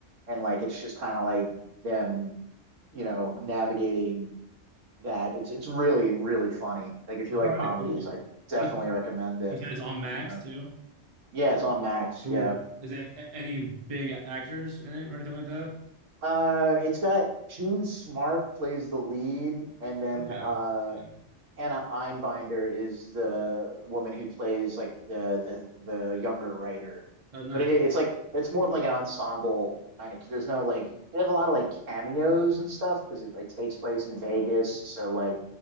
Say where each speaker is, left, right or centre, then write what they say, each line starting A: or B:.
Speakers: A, on the right (about 70°); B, on the right (about 30°).
A: and like it's just kind of like them you know navigating that it's it's really really funny like if you
B: All
A: like
B: right,
A: comedies
B: cool.
A: I definitely
B: You,
A: recommend it
B: you said it's on Max
A: yeah,
B: too?
A: yeah it's on Max
B: Cool.
A: yeah
B: Is there a- any big actors in it or anything like that?
A: uh it's got Gene Smart plays the lead and then
B: Okay.
A: uh
B: Yeah.
A: Anna Einbinder is the woman who plays like the the, the younger writer,
B: Oh, nice.
A: but it, it's like it's more of like an ensemble kind of. There's no like they have a lot of like cameos and stuff because it like takes place in Vegas. So like